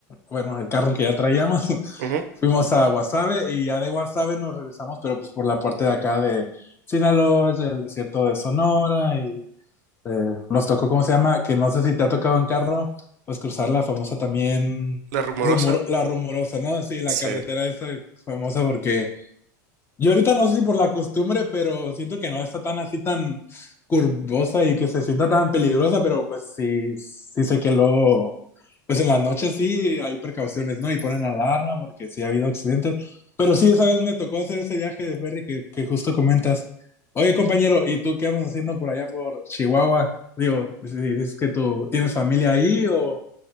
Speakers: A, on the left; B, on the right.
A: bueno, el carro que ya traíamos, <laughs>
B: Ujú,
A: fuimos a Guasave y ya de Guasave nos regresamos, pero pues por la parte de acá de Sinaloa, es el desierto de Sonora y eh, nos tocó, ¿cómo se llama? Que no sé si te ha tocado en carro, pues cruzar la famosa también,
B: La Rumorosa.
A: rumor, la rumorosa, ¿no? Sí, la
B: Sí.
A: carretera esa famosa porque yo ahorita no sé si por la costumbre, pero siento que no está tan así tan curvosa y que se sienta tan peligrosa, pero pues sí, sí sé que lo, pues en las noches sí hay precauciones, ¿no? Y ponen alarma porque sí ha habido accidentes. Pero sí, esa vez me tocó hacer ese viaje de ferry que, que justo comentas. Oye, compañero, ¿y tú qué andas haciendo por allá por Chihuahua? Digo, si dices que tú tienes familia ahí o...